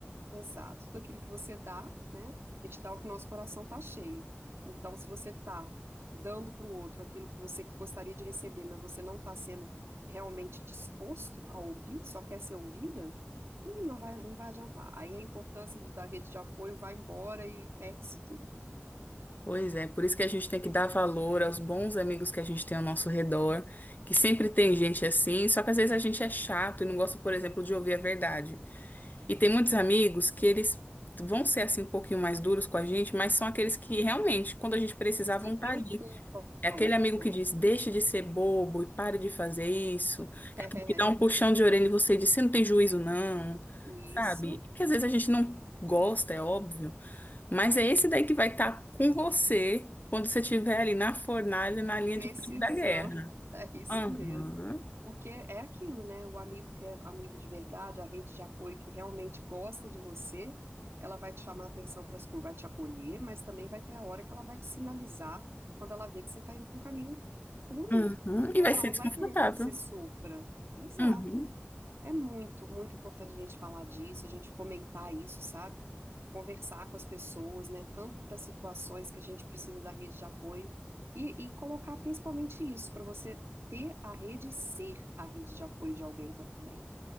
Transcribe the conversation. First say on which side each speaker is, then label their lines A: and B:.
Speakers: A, on the right (about 75°); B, on the left (about 45°).
A: Exato. Tudo aquilo que você dá, né? A gente dá o que o nosso coração tá cheio. Então, se você tá dando para o outro aquilo que você gostaria de receber, mas você não tá sendo realmente disposto a ouvir, só quer ser ouvida, e não vai, não vai adiantar. Aí a importância de, da rede de apoio vai embora e perde-se tudo.
B: Pois é, por isso que a gente tem que dar valor aos bons amigos que a gente tem ao nosso redor, que sempre tem gente assim, só que às vezes a gente é chato e não gosta, por exemplo, de ouvir a verdade. E tem muitos amigos que eles vão ser assim um pouquinho mais duros com a gente, mas são aqueles que realmente, quando a gente precisar,
A: se
B: vão estar
A: preocupam,
B: ali. É aquele amigo
A: né?
B: que diz,
A: <laughs>
B: deixe de ser bobo e pare de fazer isso. É aquele
A: É,
B: que dá um puxão de orelha e você diz, você não tem juízo, não.
A: isso
B: Sabe? Que às vezes a gente não gosta, é óbvio. Mas é esse daí que vai estar com você quando você estiver ali na fornalha, na linha
A: precisamos,
B: de frente da guerra.
A: <laughs> é isso
B: Aham.
A: mesmo. Porque é aquilo, né? O amigo que é amigo de verdade, a rede de apoio que realmente gosta de você, ela vai te chamar atenção para as coisas, vai te acolher, mas também vai ter a hora que ela vai te sinalizar quando ela vê que você está indo para um caminho ruim,
B: Uhum. E
A: né?
B: vai
A: Ela
B: ser
A: não
B: desconfortável.
A: vai querer que você sofra. É exato.
B: Uhum.
A: É muito, muito importante a gente falar disso, a gente fomentar isso, sabe? Conversar com as pessoas, né? Tantas situações que a gente precisa da rede de apoio e, e colocar principalmente isso, para você ter a rede e ser a rede de apoio de alguém também,